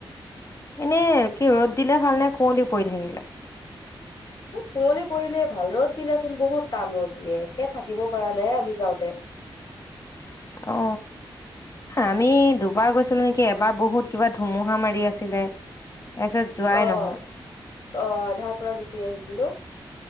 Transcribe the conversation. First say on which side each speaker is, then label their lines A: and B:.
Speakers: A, on the left; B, on the left.
A: এনেই কি ৰ'দ দিলে ভাল নে কুঁৱলী পৰি থাকিলে
B: এই কুঁৱলী পৰিলে ভাল ৰ'দ দিলেচোন বহুত টান ৰ'দ দিয়ে একে থাকিব পৰা নাই আমি যাওঁতে
A: অ হা আমি দুবাৰ গৈছিলো নেকি এবাৰ বহুত কিবা ধুমুহা মাৰি আছিলে তাৰপিছত যোৱাই
B: অ আহ
A: নহ'ল।
B: আধাৰ পৰা গুচি আহিছিলোঁ